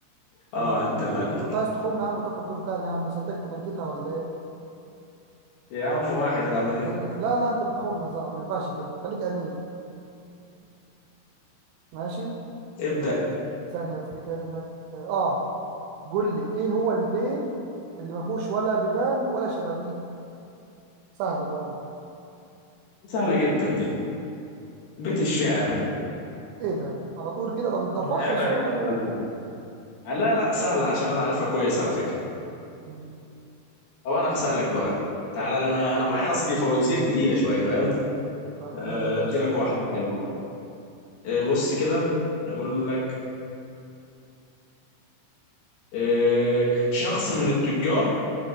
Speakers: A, on the left (about 70°); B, on the right (about 85°).
A: اه
B: تمام
A: انت اللي عليك
B: كنت عايز تخم يا عم وتاخد دور تاني يا عم صدقت ملكتها ولا ايه
A: يا عم واحد العمليه
B: <laughs> لا لا انت بتخم يا صاحبي ما ينفعش كده خليك امين ماشي
A: ابدا يا عم.
B: ثانية افتكر انك اه قول لي ايه هو البيت اللي ما فيهوش ولا بيبان ولا شبابيك سهلة دي يا عم
A: سهله جدا دي بيت الشعر
B: ايه ده على طول كده طب انت
A: عيب
B: فكر شوية
A: عليك
B: طيب
A: يا معلم لا لا سهله عشان انا عارفها كويس على فكره
B: مم.
A: او انا هسالك بقى تعالى لا انا انا معايا اصلي فوازير تقيله شويه فاهم
B: هتقول
A: آه،
B: يا باشا
A: ادي لك واحده حلوه آه، بص كده اقول لك آه، شخص من التجار